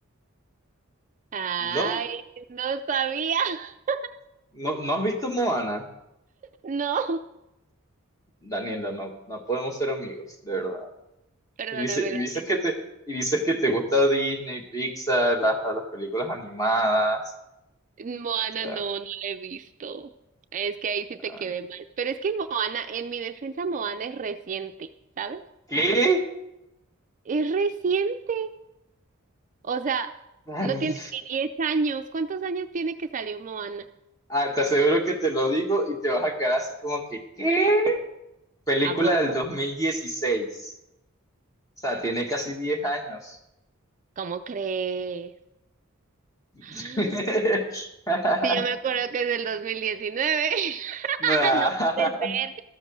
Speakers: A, on the right; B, on the left.
A: Ay,
B: ¿no?
A: no sabía. <laughs>
B: ¿No, no has visto Moana?
A: No,
B: Daniela, no, no podemos ser amigos, de verdad.
A: perdóname,
B: Y dice, y
A: Dani.
B: dices que te, y dices que te gusta Disney, Pixar, las, las películas animadas,
A: Moana
B: o sea,
A: no, no la he visto. Es que ahí sí te
B: nada.
A: quedé mal. Pero es que Moana, en mi defensa, Moana es reciente, ¿sabes?
B: ¿Qué?
A: Es reciente. O sea,
B: Dani.
A: no tiene ni 10 años. ¿Cuántos años tiene que salió Moana?
B: Ah, te aseguro que te lo digo y te vas a quedar así como que, ¿qué? Película
A: ¿A poco?
B: del dos mil dieciséis, O sea, tiene casi diez años.
A: ¿Cómo crees? Sí,
B: <laughs>
A: yo me acuerdo que es del 2019. <laughs>
B: Nah.
A: No puede ser.